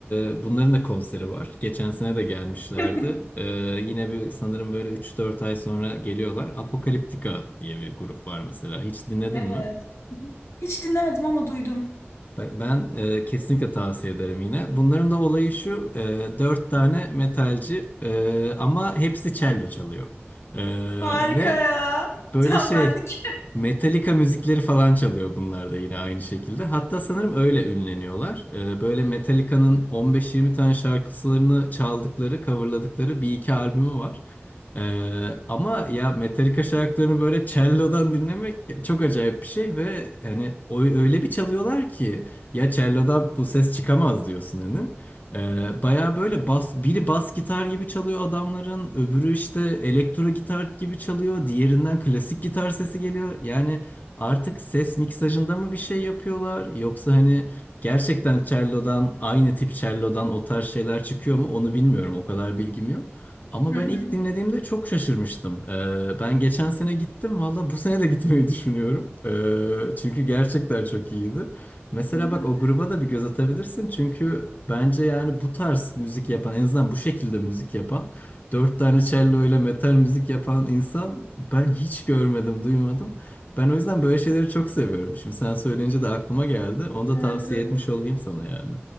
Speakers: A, on the left; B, on the left.
A: e, bunların da konseri var. Geçen sene de gelmişlerdi.
B: <laughs>
A: E, yine bir sanırım böyle üç dört ay sonra geliyorlar. Apokaliptika diye bir grup var mesela. Hiç dinledin
B: Evet.
A: mi?
B: Hiç dinlemedim ama duydum.
A: Bak Ben e, kesinlikle tavsiye ederim yine. Bunların da olayı şu, e, dört tane metalci e, ama hepsi cello çalıyor. E,
B: Harika
A: ve
B: ya.
A: Böyle
B: Tam
A: şey
B: benlik.
A: Metallica müzikleri falan çalıyor bunlar da yine aynı şekilde. Hatta sanırım öyle ünleniyorlar. Ee, böyle Metallica'nın 15-20 tane şarkılarını çaldıkları, coverladıkları bir iki albümü var. Ee, ama ya Metallica şarkılarını böyle cello'dan dinlemek çok acayip bir şey ve yani o öyle bir çalıyorlar ki ya cello'dan bu ses çıkamaz diyorsun hani. Ee, baya böyle bas, biri bas gitar gibi çalıyor adamların, öbürü işte elektro gitar gibi çalıyor, diğerinden klasik gitar sesi geliyor. Yani artık ses miksajında mı bir şey yapıyorlar yoksa hani gerçekten cello'dan aynı tip cello'dan o tarz şeyler çıkıyor mu onu bilmiyorum o kadar bilgim yok. Ama
B: <laughs> Hı
A: ben
B: hı.
A: ilk dinlediğimde çok şaşırmıştım. Ee, ben geçen sene gittim valla bu sene de gitmeyi düşünüyorum. Ee, çünkü gerçekten çok iyiydi. Mesela
B: Hı hı.
A: bak o gruba da bir göz atabilirsin. Çünkü bence yani bu tarz müzik yapan en azından bu şekilde müzik yapan dört tane cello ile metal müzik yapan insan ben hiç görmedim duymadım. Ben o yüzden böyle şeyleri çok seviyorum. Şimdi sen söyleyince de aklıma geldi. Onu da
B: Evet
A: tavsiye
B: evet.
A: etmiş olayım sana yani.